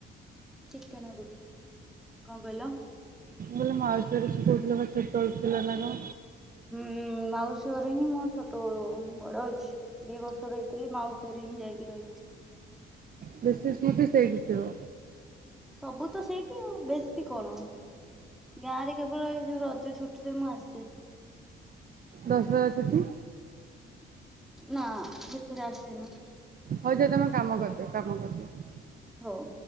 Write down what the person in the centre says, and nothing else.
କଣ କହିଲ?
ହୁଁ, ମାଉସୀ ଘରେ ହିଁ ମୋ ଛୋଟ ବଳୁ ବଡ ହେଇଛି। ଦି ବର୍ଷ ର ହେଇଥିଲି ମାଉସୀ ଘରେ ହିଁ ଯାଇକି ରହିଛି।
ସବୁ ତ ସେଇଠି, ଆଉ ବେଶୀ କଣ। ଗାଁ ରେ କେବଳ ଏଇ ଯୋଉ ରଜ ଛୁଟିରେ ମୁଁ ଆସେ।
ନା ସେଥିରେ ଆସିନି।
ହଉ।